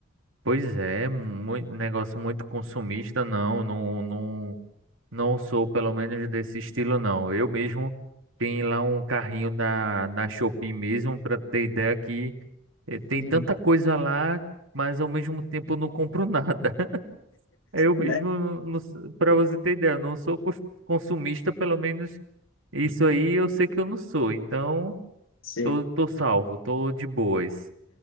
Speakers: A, on the right (about 80°); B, on the left (about 80°).
A: Pois é, mui- negócio muito consumista, não, não, não. Não sou, pelo menos, desse estilo, não. Eu mesmo tenho lá um carrinho na, na Shopee mesmo, para ter ideia que eh, tem
B: Uhum.
A: tanta coisa lá, mas ao mesmo tempo eu não compro nada. <laughs> Eu mesmo,
B: Né?
A: para você ter ideia, eu não sou cos- consumista, pelo menos isso aí eu sei que eu não sou. Então,
B: Sim.
A: tô, tô salvo, tô de boas.